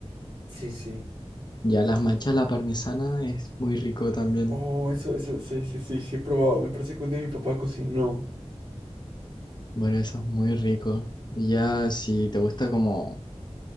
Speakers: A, on the right; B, on the left.
A: Sí, sí.
B: Ya, las machas a la parmesana es muy rico también.
A: Oh, eso, eso, sí, sí, sí, sí, he probado. Me parece que un día mi papá cocinó
B: Bueno, eso es muy rico. Y Ya, si te gusta como